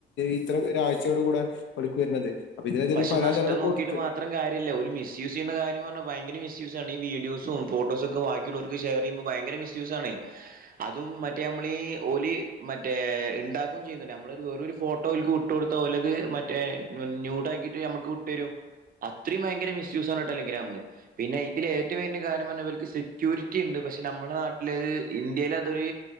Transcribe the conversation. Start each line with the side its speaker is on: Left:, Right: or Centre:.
Left: ഇത്ര രാ ഉച്ചയോടു കൂടെ ഇവട്ക്ക് വരുന്നത്
Right: പക്ഷെ
Left: ഒരു പരാതി
Right: നഷ്ടം
Left: അവര്
Right: നോക്കിട്ട്
Left: കൊടുത്ത്.
Right: മാത്രം കാരില്ല ഒരു മിസ്യൂസ് ചെയ്യുന്ന കാര്യം പറഞ്ഞ ഭയങ്കര മിസ് മിസ് ഈ വീഡിയോസും ഫോട്ടോ ഒക്കെ ബാക്കിയുള്ളവർക്ക് ഷെയർ ചെയ്യുമ്പോൾ ഭയര മിസൂസ് ആണ് അതും മറ്റേ നമമ്മളീ ഓലി മറ്റേ ഇണ്ടാക്കും ചെയ്യുന്നു നമ്മളൊരു വെറും ഒരു ഫോട്ടോ അയിൽക്ക് ഇട്ട് കൊടുത്ത ഓലത് മറ്റേ ഞൂടാക്കിട്ട് നമ്മുക്ക് കൊണ്ടരും അത്രയും ഭയങ്കര മിസ്യുസ് ആണ് ടെലഗ്രാം പിന്നെ ഇതിൽ ഏറ്റവും വേലിയ കാരണം ഇവർക്ക് സെക്യൂരിറ്റി ഉണ്ട് പക്ഷെ നമ്മള നാട്ടില് ഇന്ത്യൽ അതൊരു